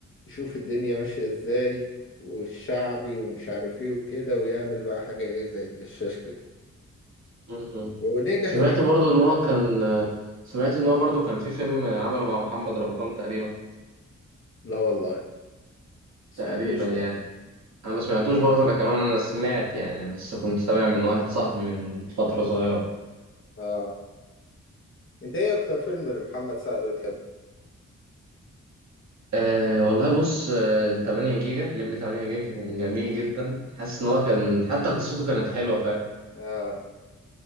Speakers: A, on the left; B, on the right.
A: يشوف الدنيا ماشية ازاي والشعبي ومش عارف ايه وكده ويعمل بقى حاجة ايه زي الدشاش كده
B: مم.
A: ونجح
B: سمعت
A: الى حد
B: برضو
A: ما
B: ان هو كان سمعت ان هو برضو كان في فيلم عمله مع محمد رمضان تقريبا
A: لا والله ما سمعتوش
B: تقريبا يعني
A: ده
B: انا ما سمعتوش
A: فيلم ايه
B: برضه
A: ده
B: انا كمان انا سمعت يعني لسه كنت سامع من واحد صاحبي من فترة صغيرة
A: اه انت ايه اكتر فيلم لمحمد سعد بتحبه
B: أه والله بص آه، ال 8 جيجا لم 8 جيجا كان جميل جدا حاسس
A: اه,
B: ان هو كان حتى قصته كانت حلوة فاهم
A: آه.